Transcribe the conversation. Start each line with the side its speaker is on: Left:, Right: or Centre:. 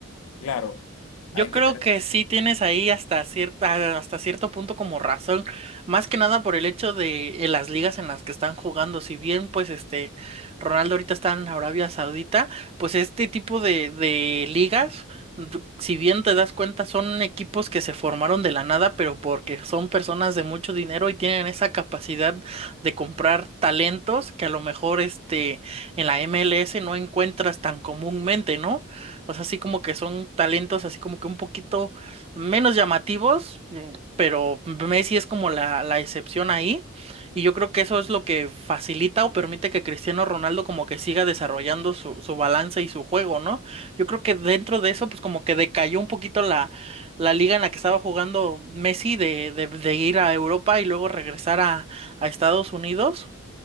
Left: Claro,
Right: Yo
Left: hay
Right: creo
Left: que tener
Right: que sí tienes ahí hasta cierta, hasta cierto punto como razón, más que nada por el hecho de eh, las ligas en las que están jugando. Si bien, pues, este, Ronaldo ahorita está en Arabia Saudita, pues este tipo de, de ligas, d- si bien te das cuenta, son equipos que se formaron de la nada, pero porque son personas de mucho dinero y tienen esa capacidad de comprar talentos que a lo mejor, este, en la MLS no encuentras tan comúnmente, ¿no? O sea, así como que son talentos así como que un poquito menos llamativos, mm, pero Messi es como la, la excepción ahí. Y yo creo que eso es lo que facilita o permite que Cristiano Ronaldo como que siga desarrollando su, su balance y su juego, ¿no? Yo creo que dentro de eso, pues como que decayó un poquito la, la liga en la que estaba jugando Messi de, de, de ir a Europa y luego regresar a, a Estados Unidos.